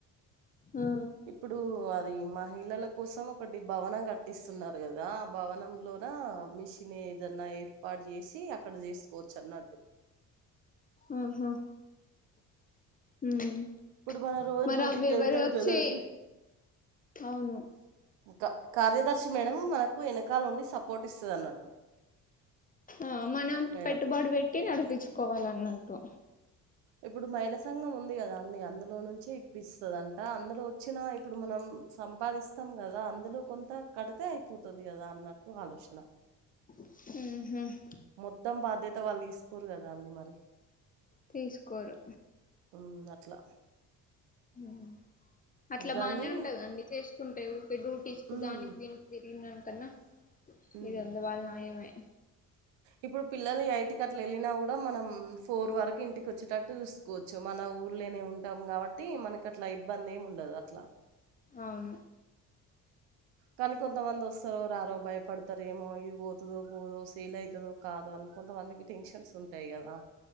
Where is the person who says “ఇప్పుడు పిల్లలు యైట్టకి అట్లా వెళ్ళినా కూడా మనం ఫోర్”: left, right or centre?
Right